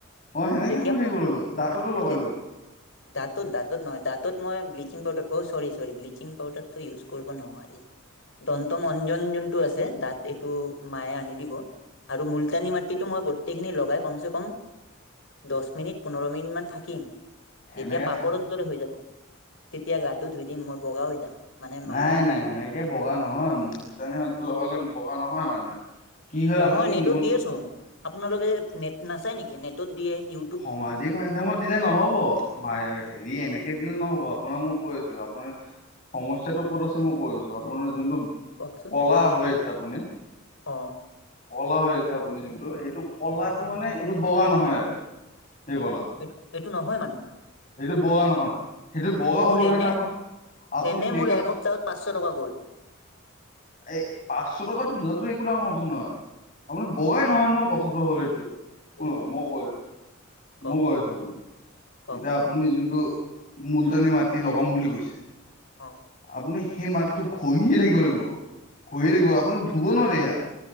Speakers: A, on the left (about 40°); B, on the left (about 65°).
A: অ সেনেকে
B: যেতিয়া
A: ঘহি থাকিব লাগিব, দাঁততো লগাই
B: যেতিয়া
A: ল'ব।
B: দাঁতত দাঁতত নহয় দাঁতত মই ব্লিচিং পাউদাৰ অ' চৰি চৰি ব্লিচিং পাউদাৰটো ইউজ কৰিব নোৱাৰি। দন্ত মঞ্জন যোনটো আছে দাত এইটো মায়ে আনি দিব। আৰু মুলতানী মাটিটো মই গোটেইখিনি লগাই কমচে কম দহচ মিনিট পোন্ধৰ মিনিট মান থাকিম।
A: সেনেকে
B: যেতিয়া পাপৰৰ
A: থাক
B: দৰে হৈ যাব, তেতিয়া গাটো ধুই দিম মই। বগা হৈ যাম। মানে মায়ে
A: নাই নাই
B: কৈছে।
A: সেনেকে বগা নহয় লটানি মাটি লগালে বগা নহয় মানুহে। কি হয়
B: নহয়
A: আপুনি
B: নেটত
A: মূল
B: দিয়ে চোন, আপোনালোকে নেট নাচাই নেকি? নেটত দিয়ে ইউ
A: সমাজিক মাধ্যমত দিলে নহ'ব। মায় হেৰি এনেকে দিলে নহ'ব আপোনাৰ মই কৈ আছো আপোনাৰ সমস্যাটো ক'ত আছে মই কৈ আছো, আপোনাৰ যোনটো
B: কওকচোন।
A: ক'লা হৈ আছে আপুনি?
B: অ
A: কলা হৈ আছে আপুনি যোনটো সেইটো কলাটো মানে এইটো বগা নহয় আৰু। <unintelligible>
B: এইটো, এইটো নহয় মানে?
A: এইটো বগা নহয়। সেইটো বগা
B: মোৰ
A: হবলেগে
B: এনে
A: নাই পোৱা আপুনি
B: এনে
A: মেকআপ-
B: মোৰ এসপ্তাহত পাঁচশ টকা গ'ল।
A: এই, পাঁচশ টকাতো যোৱাটো একো ডাঙৰ কথা নহয়। আপুনি বগাই নহয় ন কথাটো হ'ল এইটোয়ে শুন
B: অ
A: মই কৈ আছোঁ।
B: কওক
A: মই কৈ আছো আপোনাক
B: কওক
A: এতিয়া আপুনি যোনটো মুলতানি মাটি লগাম বুলি কৈছে?
B: অ
A: আপুনি সেই মাটিটো খহিয়ে থাকিব লাগিব, খহি থাকিব আপুনি ধুব নোৱাৰে সেইয়া